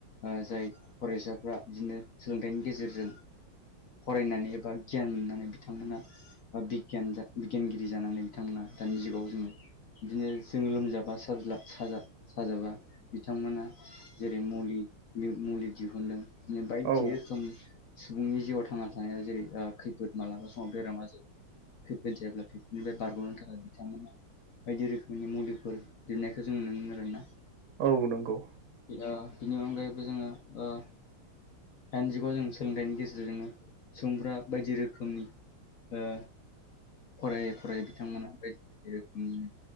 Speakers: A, on the left; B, on the right.
A: ओ जाय फरायसाफ्रा बिदिनो सोलोंथाइनि गेजेरजों फरायनानै एबा गियान मोननानै बिथांमोना बा बिगियान बिगियानगिरि जानानै बिथांमोना दानि जुगाव जोंङो बिदिनो जों लोमजाबा साज्ला सा साजाबा बिथांमोना जेरै मुलि मुलि दिहुनदों बायदि
B: औ
A: रोखोमनि सुबुंनि जिउआव थांना थानायाव जेरै खैफोद मालाबा समाव बेराम आजाद खैफोद जायोब्लाथाय बेनिफ्राय बारग'नो थाखाय बिथांमोना बायदि रोखोमनि मुलिफोर दिहुननायखौ जों नुनो मोनो आरोना
B: औ नंगौ
A: आ बिनि अनगायैबो जोङो ओ दानि जुगाव जों सोलोंथाइनि गेजेरजोंनो सुबुंफोरा बायदि रोखोमनि ओ फरायै फरायै बिथांमोना बायदि बायदि रोखोमनि